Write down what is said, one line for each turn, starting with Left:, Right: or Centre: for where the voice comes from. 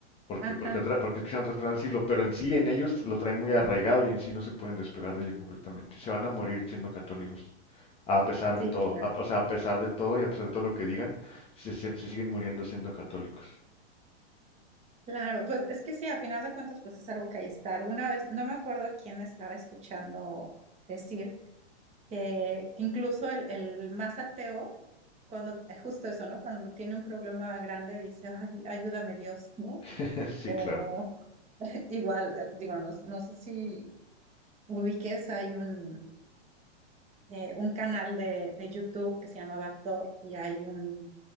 Left: Porque,
Right: Ajá,
Left: porque, otra- porque escuchan a otras personas decirlo, pero en sí, en ellos lo traen muy arraigado y en sí no se pueden despegar de ello completamente. Se van a morir siendo católicos, a pesar
Right: sí,
Left: de todo,
Right: claro.
Left: a- o sea, a pesar de todo y a pesar de todo lo que digan, se se- se siguen muriendo siendo católicos.
Right: Claro, pues es que sí, a final de cuentas, pues es algo que ahí está. Alguna vez, no me acuerdo a quién estaba escuchando decir que, que incluso el, el más ateo, cuando, eh, justo eso, ¿no? Cuando tiene un problema grande, dice, ay, ayúdame Dios, ¿no?
Left: <laughs> Sí,
Right: O
Left: claro.
Right: <laughs> igual, eh, digo, no, no sé si ubiques, hay un, eh, un canal de, de YouTube que se llama Backdoor y hay un,